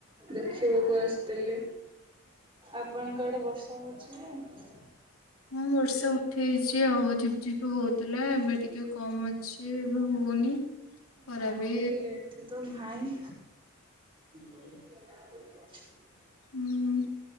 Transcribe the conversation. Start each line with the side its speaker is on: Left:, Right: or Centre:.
Right: ଦେଖିବାକୁ ଆସିଥିଲି ଆପଣଙ୍କ ଆଡେ ବର୍ଷା ହଉଛି <unintelligible>
Left: ହଁ ବର୍ଷା ଉଠେଇଚି ଆଉ, ଝିପଝିପ ହଉଥିଲା ଏବେ ଟିକେ କମ ଅଛି ଏବେ ହଉନି। ଖରା
Right: ନା
Left: ବି
Right: ଏଠି ତ ନାହିଁ। ଜୀବନି <unintelligible>
Left: ହୁଁ।